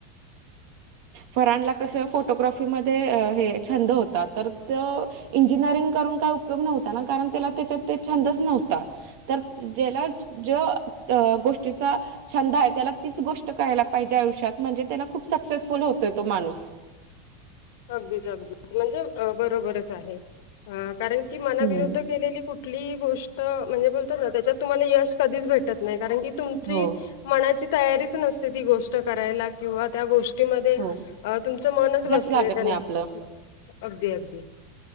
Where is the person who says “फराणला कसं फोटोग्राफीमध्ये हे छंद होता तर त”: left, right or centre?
Right